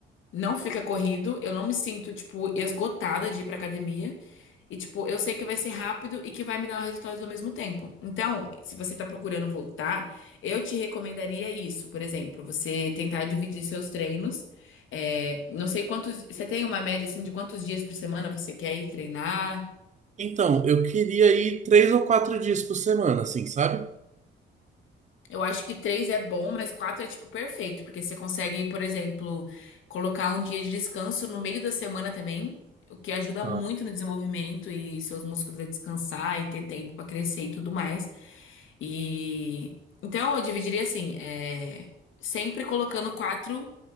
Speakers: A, on the left; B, on the right.
A: Não fica corrido, eu não me sinto, tipo, esgotada de ir pra academia. E, tipo, eu sei que vai ser rápido e que vai me dar resultados ao mesmo tempo. Então, se você tá procurando voltar, eu te recomendaria isso, por exemplo, você tentar dividir seus treinos. É, não sei quantos. Você tem uma média, assim, de quantos dias por semana você quer ir treinar?
B: Então, eu queria ir três ou quatro dias por semana, assim, sabe?
A: Eu acho que três é bom, mas quatro é tipo perfeito, porque você consegue, por exemplo, colocar um dia de descanso no meio da semana também, o que ajuda
B: Tá.
A: muito no desenvolvimento e seus músculos a descansar e ter tempo pra crescer e tudo mais. E então eu dividiria assim, é, sempre colocando quatro